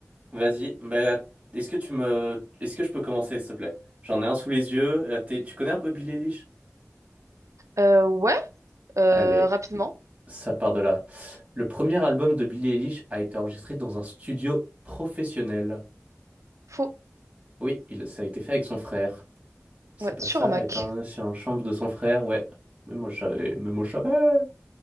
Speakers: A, on the right; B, on the right.
A: Vas-y, bah, est-ce que tu me, est-ce que je peux commencer, s'il te plaît? J'en ai un sous les yeux. là, t'es- Tu connais un peu Billie Eilish?
B: Euh, ouais, euh,
A: Allez,
B: rapidement.
A: ça part de là. Le premier album de Billie Eilish a été enregistré dans un studio professionnel.
B: Faux.
A: Oui, il, ça a été fait avec son frère. C'est
B: Ouais,
A: pas
B: sur
A: ça,
B: un Mac.
A: étant sur une chambre de son frère, ouais. Même moi, je savais, même moi, je savais.